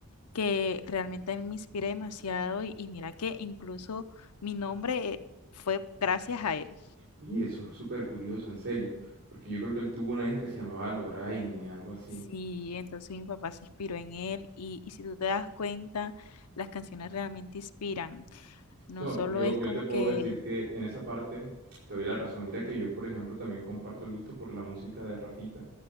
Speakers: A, on the left (about 85°); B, on the right (about 65°).
A: que realmente a mí me inspira demasiado y, y mira que incluso mi nombre eh, fue gracias a él.
B: Oye, eso es súper curioso, en serio. Porque yo creo que él tuvo una hija que se llamaba Loraine, algo así.
A: Sí, entonces mi papá se inspiró en él y, y si tú te das cuenta, las canciones realmente inspiran. No
B: No,
A: solo
B: yo,
A: es
B: yo
A: como
B: te puedo
A: que
B: decir que en esa parte te doy la razón. Mira que yo, por ejemplo, también comparto el gusto por la música de Rafita.